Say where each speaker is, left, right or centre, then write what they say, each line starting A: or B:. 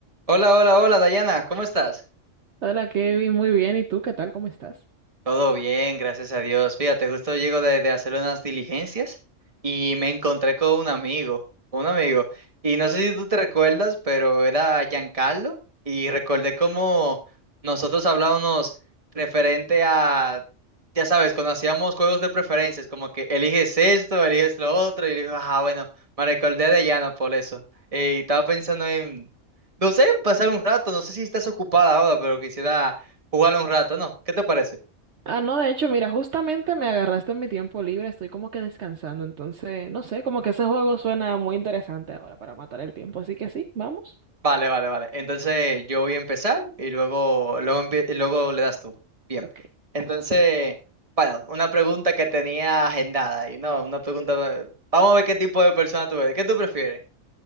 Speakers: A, on the right; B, on the right.
A: Hola, hola, hola, Dayana, ¿cómo estás?
B: Hola Kevin, muy bien. ¿Y tú qué tal? ¿Cómo estás?
A: Todo bien, gracias a Dios. Fíjate, justo llego de, de hacer unas diligencias y me encontré con un amigo, un amigo. Y no sé si tú te recuerdas, pero era Giancarlo y recordé cómo nosotros hablábamos referente a, ya sabes, cuando hacíamos juegos de preferencias, como que eliges esto, eliges lo otro, y dijo, ah, bueno, me recordé de Llano por eso. Y estaba pensando en, no sé, pasar un rato, no sé si estás ocupada ahora, pero quisiera jugar un rato, ¿no? ¿Qué te parece?
B: Ah, no, de hecho, mira, justamente me agarraste en mi tiempo libre, estoy como que descansando, entonces, no sé, como que ese juego suena muy interesante ahora para matar el tiempo, así que sí, vamos.
A: Vale, vale, vale. Entonces yo voy a empezar y luego, luego, empie- y luego le das tú. Bien.
B: Ok.
A: Entonces, bueno, una pregunta que tenía agendada y no, una pregunta. Vamos a ver qué tipo de persona tú eres. ¿Qué tú prefieres?